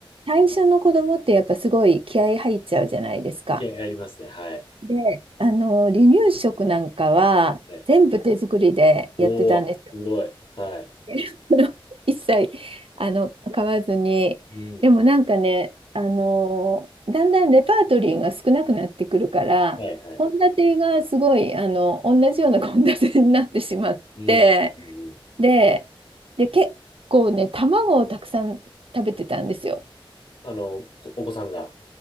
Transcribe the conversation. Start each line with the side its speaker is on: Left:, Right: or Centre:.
Right: 最初の子供ってやっぱすごい気合い入っちゃうじゃないですか。
Left: 経験ありますね。はい。
Right: で、あの、離乳食なんかは、
Left: ね、
Right: 全部手作りでやってたんですよ。
Left: おー、すごい。はい。
Right: <laughs> それを一切、あの、買わずに。
Left: うん。
Right: でもなんかね、あの、だんだんレパートリーが少なくなってくるから、
Left: はい、はい。
Right: 献立がすごい、あの、同じような献立になってしまって、
Left: うん。うん、うん。
Right: で、で、結構ね、卵をたくさん食べてたんですよ。
Left: あの、こお子さんが。